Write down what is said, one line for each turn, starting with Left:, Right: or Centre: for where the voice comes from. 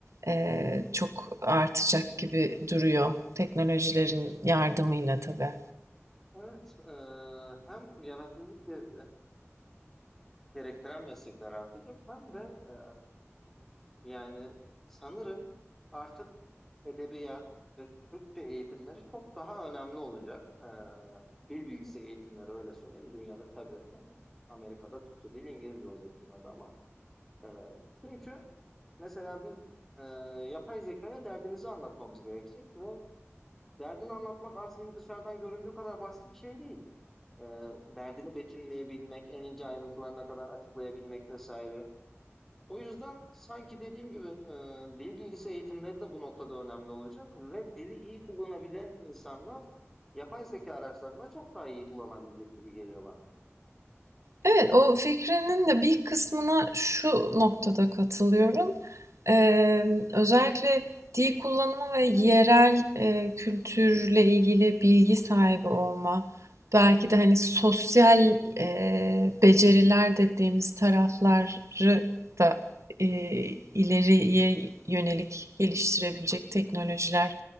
Right: eee, çok artacak gibi duruyor teknolojilerin yardımıyla tabii.
Centre: Evet, e, hem yaratıcılık e, gerektiren meslekler artacak hem de e, yani sanırım artık edebiyat ve Türkçe eğitimleri çok daha önemli olacak. Ee, dil bilgisi eğitimleri öyle söyleyeyim. Dünyada tabii e, Amerika'da Türkçe değil İngilizce olacak bunlarda ama. e, çünkü mesela biz e, yapay zekaya derdimizi anlatmamız gerekecek ve derdini anlatmak aslında dışarıdan göründüğü kadar basit bir şey değil. E, derdini betimleyebilmek, en ince ayrıntılarına kadar açıklayabilmek vesaire. O yüzden sanki dediğim gibi e, dil bilgisi eğitimleri de bu noktada önemli olacak ve dili iyi kullanabilen insanlar yapay zeka araçlarında çok daha iyi kullanabilecek gibi geliyor bana.
Right: Evet, o fikrinin de bir kısmına şu noktada katılıyorum. Eee, özellikle dil kullanımı ve yerel eee, kültürle ilgili bilgi sahibi olma, belki de hani sosyal eee, beceriler dediğimiz tarafları da eee, ileriye yönelik geliştirebilecek teknolojiler